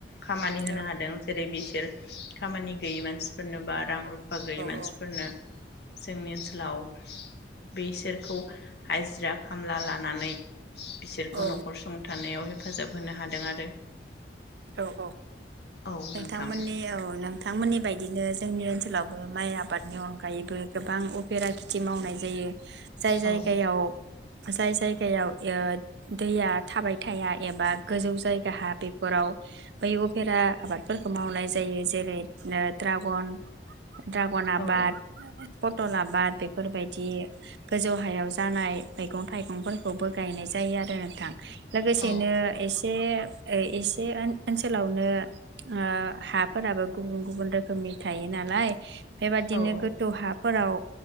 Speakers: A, on the left (about 65°); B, on the right (about 70°).
A: खामानि होनो
B: औ
A: हादों जेरै बिस खामानि गैयै मानसिफोरनो बाद रां रुफा गैयै मानसिफोरनो
B: औ
A: जोंनि ओनसोलाव बिसोरखौ हाजिरा खामला लानानै बिसोरखौ
B: औ
A: न'खर सं थानायाव हेफाजाब होनो हादों आरो
B: औ औ
A: औ
B: नोंथांमोननि
A: नोंथां
B: औ नोंथांमोननि बायदिनो जोंनि ओनसोलाव माइ आबादनि अनगायैबो गोबां उफेरा खेथि मावनाय जायो जाय जायगायाव
A: औ
B: जाय जायगायाव ओ दैया थाबाय थाया एबा गोजौ जायगाहा बेफोराव बै उफेरा आबादफोरखौ मावनाय जायो जेरै ओ ड्रागन ड्रागन आबाद
A: औ
B: फटला आबाद बेफोरबायदि गोजौ हायाव जानाय मैगं थाइगंफोरखौबो गायनाय जायो आरो नोंथां लोगोसेनो
A: औ
B: एसे ए ओ ए बे ओन ओनसोलावनो ओ हाफोराबो गुबुन गुबुन रोखोमनि थायो नालाय बेबादिनो
A: औ
B: गोथौ हाफोराव